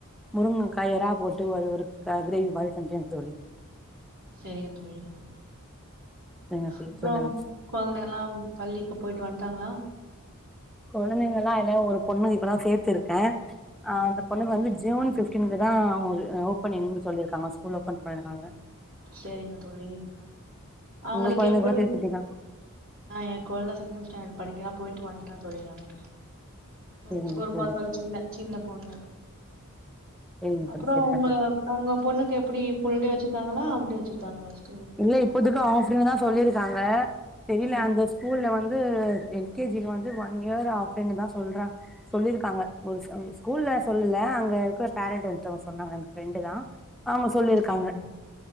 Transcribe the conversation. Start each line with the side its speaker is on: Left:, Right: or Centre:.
Centre: முருங்க காய் இறா போட்டு அது ஒரு கிரேவி மாரி செஞ்சங்க தோழி
Right: சரிங்க தோழி
Centre: சரிங்க தோழி
Right: அப்புறம்
Centre: சொல்லுங்க
Right: குழந்தைங்கல்லாம் பள்ளிக்கு போயிட்டு வந்ட்டாங்களா
Centre: குழந்தேங்கல்லா அய்ல ஒரு பொண்ணு இப்பதா சேத்துருக்க. ஆ
Right: ம்
Centre: அந்த பொண்ணுக்கு வந்து ஜு ஜுன் ஃபிஃப்ட் டீன்குதா ஒ ஓபன்னிங் சொல்லிர்க்காங்க. School open பண்ணிர்க்காங்க.
Right: சேரிங்க தோழி. அவங்களுக்கு
Centre: உங்க கொழந்தைங்கல்லா
Right: எப்டி
Centre: சேத்துட்டீங்களா
Right: ஆ என் குழந்த செகண்ட் ஸ்டாண்டர்ட் படிக்கிறா. போய்ட்டு வன்ட்டா தோழி அவ
Centre: சேரிங்க
Right: ஒரு ஒரு
Centre: தோழி
Right: கொழந்த சின்ன சின்ன பொண்ணு.
Centre: சேரிங்க
Right: அப்புறோ
Centre: தோழி சேரிங்க
Right: உங்கள
Centre: தோழி
Right: உங்க பொண்ணுக்கு எப்டி ஃபுல்டே வச்சிருக்காங்களா? ஆ டே வெச்சிருக்காங்க ச்
Centre: இல்ல இப்போதுக்கு ஆஃப்டேனுதா சொல்லீருக்காங்க. தெரில
Right: ம்
Centre: அந்த ஸ்கூல்ல வந் து எல்கேஜிகு வந்து ஒன் இயர் ஆஃப்டேனுதா சொல்ற சொல்லீர்க்காங்க. ஒரு ஸ் ஸ்கூல்ல சொல்லல அங் ங்கா இருக்குற பேரண்ட் ஒருத்தங்க சொன்னாங்க ஃப்ரெண்டுதா ஆமா சொல்லீருக்காங்க.
Right: அப்டிங்களா